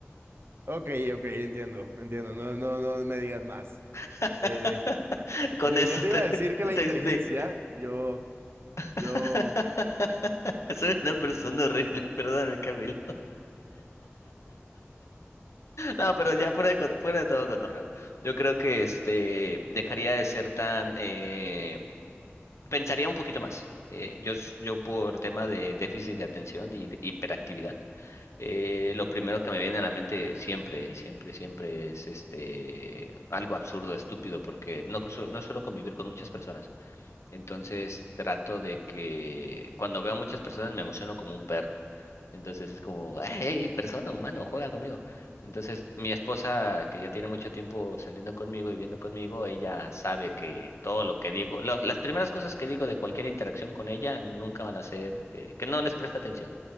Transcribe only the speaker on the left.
<laughs>
Con
eso
te,
te
explico.
<laughs>
Soy una persona horrible, perdóname, Camila. No, pero ya fuera de, co- fuera de todo cotorreo. Yo creo que este dejaría de ser tan eh, pensaría un poquito más. Eh, yo, s- yo por tema de déficit de atención y de hiperactividad, eh, lo primero que me viene a la mente siempre, siempre, siempre es este algo absurdo, estúpido, porque no, co- no suelo convivir con muchas personas. Entonces trato de que cuando veo a muchas personas me emociono como un perro. Entonces es como, hey, persona, humano, juega conmigo. Entonces mi esposa, que ya tiene mucho tiempo saliendo conmigo y viviendo conmigo, ella sabe que todo lo que digo, lo- las primeras cosas que digo de cualquier interacción con ella nunca van a ser, eh, que no les presta atención.